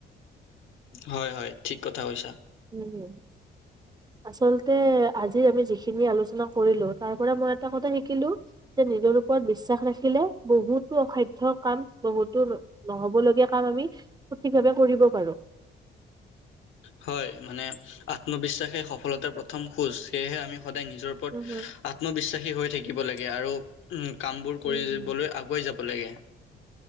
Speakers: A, on the left (about 75°); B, on the right (about 20°).
A: হয় হয় ঠিক কথা কৈছা।
B: উম, হম, আচলতে আজি আমি যিখিনি আলোচনা কৰিলোঁ তাৰ পৰা মই এটা কথা শিকিলোঁ যে নিজৰ ওপৰত বিশ্বাস ৰাখিলে, বহুতো অসাধ্য কাম বহুতো নহ'ব লগগীয়া কাম আমি সঠিক ভাৱে কৰিব পাৰোঁ।
A: হয় মানে আত্মবিশ্বাসে সফলতাৰ প্ৰথম খোজ সেয়েহে আমি সদায় নিজৰ ওপৰত
B: উম, হুম,
A: আত্মবিশ্বাসী হৈ থাকিব লাগে আৰু উম, কামবোৰ
B: উম,
A: কৰিবলৈ
B: হুম।
A: আগুৱাই যাব লাগে।